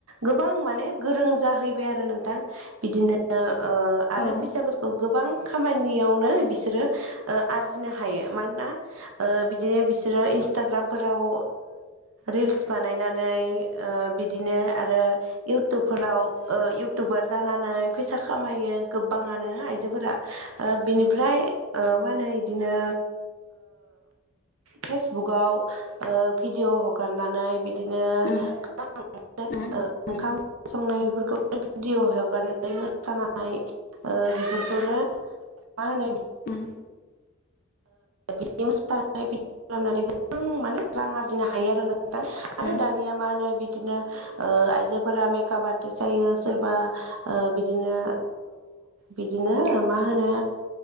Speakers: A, on the right; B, on the left.
A: गोबां माने गोरों जाहैबाय आरो नोंथां बिदिनो आरो
B: औ
A: फैसाफोरखौ गोबां खामानियावनो बिसोरो आरजिनो हायो मानोना बिदिनो बिसोरो इन्सटाग्रामफोराव रिल्स बानायनानै बिदिनो आरो इउटुबफोराव इउटुबार जानानै फैसा खामायो गोबाङानो आइजोफोरा बिनिफ्राय मा होनो बिदिनो फेसबुकआव भिडिय' हगारनानै बिदिनो
B: उम
A: गोबां
B: उम
A: ओंखाम
B: उम
A: ओंख्रि संनाय बेफोरखौ भिडिअ' हगारनानै मोसानानै बेफोरखौनो मा होनो
B: उम
A: बिदि बिदिखौ खालामनानै माने रां आरजिनो हायो आरो नोंथां आरो
B: उम
A: दानिया मा होनो बिदिनो आइजोफोरा मेकाप आर्टिस् जायो सोरबा बिदिनो बिदिनो मा होनो